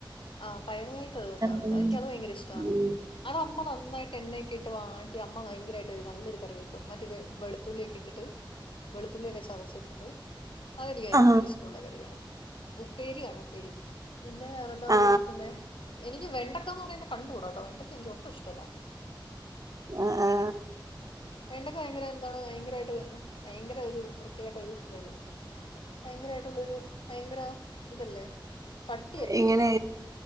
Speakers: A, on the left (about 80°); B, on the right (about 40°).
A: ആ പയറുവായിട്ടത് വെക്കാറൊണ്ട്
B: പയറും
A: അതെനിക്കത് ഭയങ്കര ഇഷ്ടവാണ്.
B: ഉം
A: അത് അമ്മ നന്നായിട്ട് എണ്ണയെക്കെയിട്ട് വാട്ടി അമ്മ ഭയങ്കരായിട്ട് നല്ലൊരു കറി വെക്കും മറ്റെ വെ വെളു ത്തുള്ളിയൊക്കെ ഇട്ടിട്ട് വെളുത്തുള്ളിയൊക്കെ ചതച്ചിട്ടിട്ട്. അതെനിക്ക് ഭയങ്കര
B: ആ
A: ഇഷ്ടൊള്ള കറിയാണ് ഉപ്പേരിയാണ് ഉപ്പേരി പിന്നെ എന്താന്ന്
B: ആ
A: ചോദിച്ചിട്ടുണ്ടെ എനിക്ക് വെണ്ടക്കാന്ന് പറയുന്നത് കണ്ടുകൂടാട്ടോ വെണ്ടക്കാ എനിക്ക് ഒട്ടും ഇഷ്ടവല്ല.
B: ആ ആ
A: <unintelligible> ഭയങ്കര എന്താണ് ഭയങ്കരമായിട്ട് ഭയങ്കര ഒരു വൃത്തികട്ട ഒരു ഇതായിരുന്നു ഭയങ്കരയിട്ടുള്ളൊരു ഭയങ്കര ഇതല്ലേ കട്ടിയല്ലേ
B: ഇങ്ങനെ
A: ഇതിന്